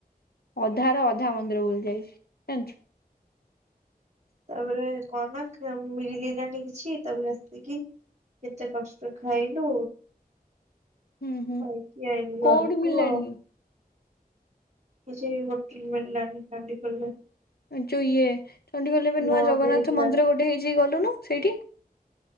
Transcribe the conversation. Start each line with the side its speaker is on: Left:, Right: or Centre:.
Left: ଅଧା ର ଅଧା ମନ୍ଦିର ବୁଲି ଯାଇଚି, ଜାଣିଚୁ?
Right: ତାପରେ କଣ ନା, ମିଳିଲାନୀ କିଛି, ତାପରେ ଆସକିି କେତେ କଷ୍ଟ ରେ ଖାଇଲୁ,
Left: ହୁଁ ହୁଁ
Right: ଖାଇକି ଆଇଲି
Left: କୋଉଠି
Right: ଘରକୁ
Left: ମିଳିଲାନି
Right: ଆଉ। କିଛି ହୋଟେଲ ମିଳିଲାନି ଚଣ୍ଡିଖୋଲ ରେ।
Left: ଯୋଉ ଇଏ ଚଣ୍ଡିଖୋଲ ରେ ଏବେ ନୂଆ
Right: ବନ୍ଦ
Left: ଜଗନ୍ନାଥ
Right: ହେଇଗଲା
Left: ମନ୍ଦିର ଗୋଟେ ହେଇଚି, ଗଲୁନୁ ସେଇଠି।